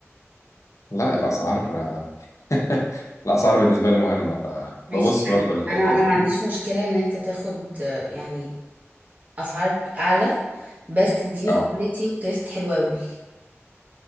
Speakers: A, on the left; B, on the right.
A: لا الاسعار <laughs> الاسعار بالنسبه لي مهمه
B: ماشي
A: فببص
B: مم.
A: برضو للحته
B: انا انا
A: دي
B: ما عنديش مشكلة ان انت تاخد آه، يعني اسعار اعلى بس تديني
A: اه
B: كواليتي وتيست حلو قوي